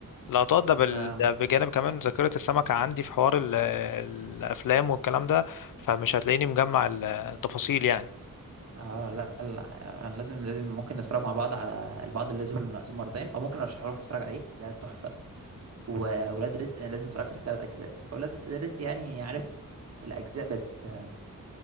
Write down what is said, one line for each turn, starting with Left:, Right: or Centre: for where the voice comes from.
Left: لقطات ده, بال...
Right: اه
Left: ده بجانب كمان ذاكرة السمكة عندي في حوار ال... الافلام والكلام ده فمش هتلاقيني مجمع التفاصيل يعني
Right: اه لا لا انا لازم لازم ممكن نتفرج مع بعض على البعض اللي لازم المأزوم مرتين او ممكن ارشحه لك تتفرج عليه ده تحفه وولاد رزق أنا لازم تتفرج على تلات اجزاء ولاد رزق يعني عارف الاجزاء بت آم،